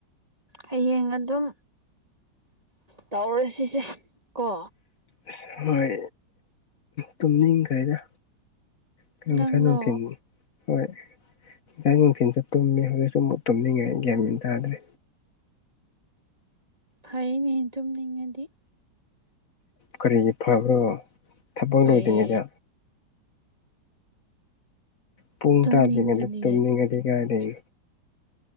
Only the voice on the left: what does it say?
ꯑꯁ ꯍꯣꯏ ꯇꯨꯝꯅꯤꯡꯈꯔꯦꯗ ꯀꯩꯌꯣ ꯉꯁꯥꯏ
ꯅꯨꯡꯊꯤꯟ ꯍꯣꯏ ꯏꯖꯥꯡ ꯅꯨꯡꯊꯤꯟꯁꯨ ꯇꯨꯝꯃꯦ ꯍꯧꯖꯤꯛꯁꯨ ꯑꯃꯨꯛ ꯇꯨꯝꯅꯤꯡꯉꯦ ꯒ꯭ꯌꯥꯟ ꯌꯦꯟ ꯇꯥꯗ꯭ꯔꯦ
ꯀꯔꯤꯒꯤ ꯐꯕ꯭ꯔꯣ ꯊꯕꯛ
ꯂꯣꯏꯗ꯭ꯔꯤꯉꯩꯗ ꯄꯨꯡ
ꯇꯥꯗꯔꯤꯉꯩꯗ ꯇꯨꯝꯅꯤꯡꯉꯗꯤ
ꯀꯥꯏꯗꯩ